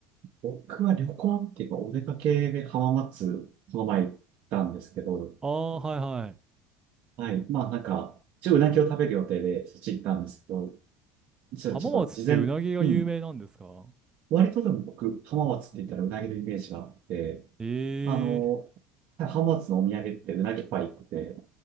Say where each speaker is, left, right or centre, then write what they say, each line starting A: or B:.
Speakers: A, on the right (about 55°); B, on the right (about 25°).
A: 僕は旅行っていうか、お出かけで浜松、この前行ったんですけど、
B: ああ、はいはい。
A: はい。まあなんか、一応うなぎを食べる予定で、そっち行ったんですけど、ちょ、
B: 浜松ってうなぎが有名なんですか
A: ちょっと事前、うん。割とでも僕、浜松って言ったらうなぎのイメージがあって、
B: ええ
A: あの、浜松のお土産ってうなぎパイって